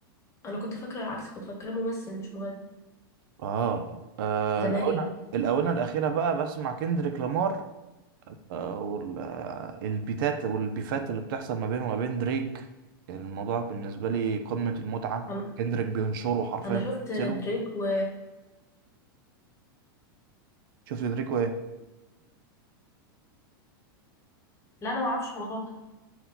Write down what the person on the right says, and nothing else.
اه, آه
الاونه
الاونه الاخيره بقى بسمع كندريك لامار آه والبيتات والبيفات اللي بتحصل ما بينه وما بين دريك الموضوع بالنسبه لي قمه المتعه
كندريك بينشره حرفيا
بينزله
شفت دريك وايه